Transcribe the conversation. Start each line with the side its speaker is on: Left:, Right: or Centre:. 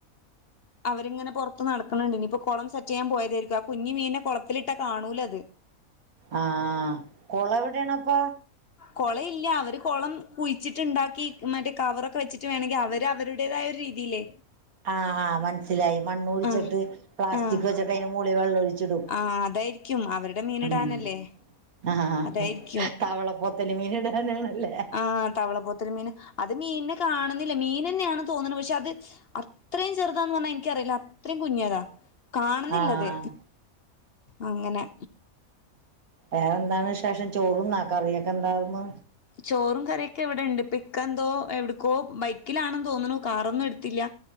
Left: അവരിങ്ങനെ പൊറത്ത് നടക്കണണ്ട് ഇനിപ്പൊ കൊളം സെറ്റെയ്യാൻ പോയതായിരിക്കും ആ കുഞ്ഞ് മീനെ കൊളത്തിലിട്ടാ കാണൂല അത്
Right: ആഹ് കൊളം എവിടേണപ്പൊ
Left: കൊളം ഇല്ല അവര് കൊളം കുയിച്ചിട്ട്ണ്ടാക്കി മറ്റേ കവറൊക്കെ വെച്ചിട്ട് വേണെങ്കി അവര് അവരു ടേതായ ഒരു രീതിയില്
Right: ആണാ ആഹ് മനസിലായി മണ്ണ് കുഴിച്ചിട്ട്
Left: ആഹ്
Right: പ്ലാസ്റ്റിക്ക്
Left: ആഹ്
Right: വച്ചിട്ട് അതിന് മുകളി വെള്ളം ഒഴി ച്ചിടും
Left: ആഹ് അതായിരിക്കും അവരുടെ മീനിടാനല്ലേ
Right: ഉം ആഹ്
Left: അതായിരിക്കും
Right: തവള പൊത്ത് കലിമീൻ ഇടാനാണല്ലേ
Left: ആഹ് തവള പോത്തൽ മീൻ അത് മീനിനെ കാണുന്നില്ല മീനന്നെയാണ് തോനണ് പക്ഷെ അത് അത്രയും ചെറുതാന്ന് പറഞ്ഞ എനിക്കറിയില്ല അത്രയും കുഞ്ഞിതാ കാണുന്നില്ലത്
Right: ആഹ്
Left: അങ്ങനെ
Right: വേറെ എന്താണ് വിശേഷം ചോറുന്നാ കറിയൊക്കെ എന്താവുന്ന്
Left: ചോറും കറിയൊക്കെ ഇവിടെണ്ട് ഇപ്പ ഇക്ക എന്തോ എവിടക്കോ ബൈക്കിലാണെന്ന് തോന്നണു കാറൊന്നും എടുത്തില്ല